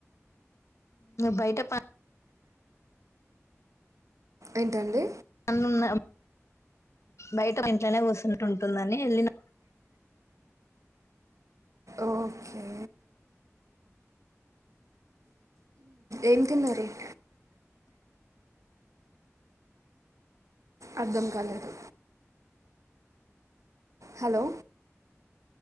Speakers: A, on the left; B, on the right.
A: బయట ప
B: ఏంటండి
A: న్నున్న బయట ఇంట్లోనే కూస్తుంట ఉంటుందని వెళ్ళిన
B: ఓకే ఏం తిన్నరేం అర్థం కాలేదు హలో